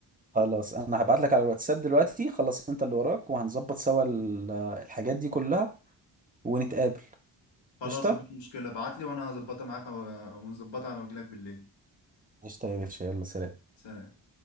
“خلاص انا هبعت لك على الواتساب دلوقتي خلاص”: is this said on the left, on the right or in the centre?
Right